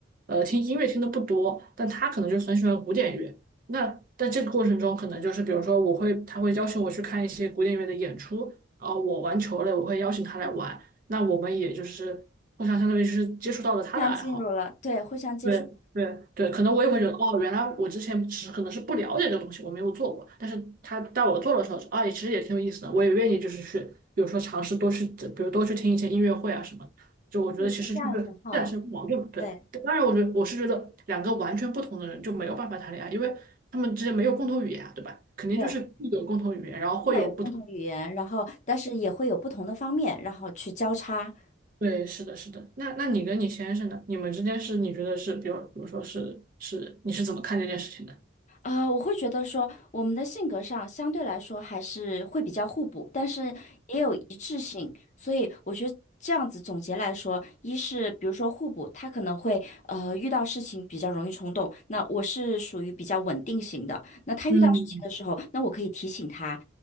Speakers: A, on the right; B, on the left.
A: 呃，听音乐听的不多，但他可能就很喜欢古典乐。那在这个过程中，可能就是比如说，我会他会邀请我去看一些古典乐的演出，啊，我玩球类，我会邀请他来玩。那我们也就是互相相当于是接触到了他的爱好。
B: 互相进入了，对，互相接触，
A: 对对对，可能我也会觉得，哦，原来我之前只是可能是不了解这个东西，我没有做过。但是他带我做的时候，啊，也其实也挺有意思的，我也愿意就是去，比如说尝试多去，比如多去听一些音乐会啊什么的。就我觉得其实就是这两是不矛盾嘛对，
B: 我觉得这样很好。对
A: 当然我觉得我是觉得两个完全不同的人就没有办法谈恋爱，因为他们之间没有共同语言啊，对吧？肯定就是必有共同语言，
B: 对，
A: 然后会有不同。
B: 至少有共同语言，然后但是也会有不同的方面，然后去交叉。
A: 对，是的，是的。那那你跟你先生呢？你们之间是你觉得是，比如比如说是是，你是怎么看这件事情的？
B: 呃，我会觉得说，我们的性格上相对来说还是会比较互补，但是也有一致性，所以我觉得这样子总结来说，一是比如说互补，他可能会呃遇到事情比较容易冲动，那我是属于比较稳定型的，那他遇到事情的时候，
A: 嗯
B: 那我可以提醒他，